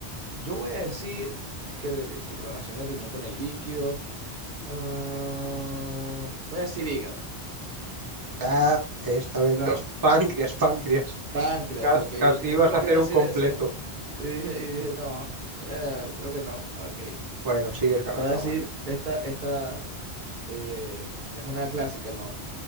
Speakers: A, on the right; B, on the right.
A: Yo voy a decir, es que re- relaciona el riñón con el líquido. Ah, voy a decir hígado.
B: Ah, esta vez
A: No,
B: no. <laughs> Páncreas, páncreas.
A: páncreas,
B: Cas-
A: ok.
B: Casi,
A: Yo te
B: ibas
A: juro
B: a
A: que
B: hacer
A: iba a decir
B: un completo.
A: esa. Y dije, y dije no, bueno, creo que no, ok.
B: Bueno, sigues ganando
A: Te voy a decir,
B: algo así.
A: esta, esta eh, es una clásica, ¿no?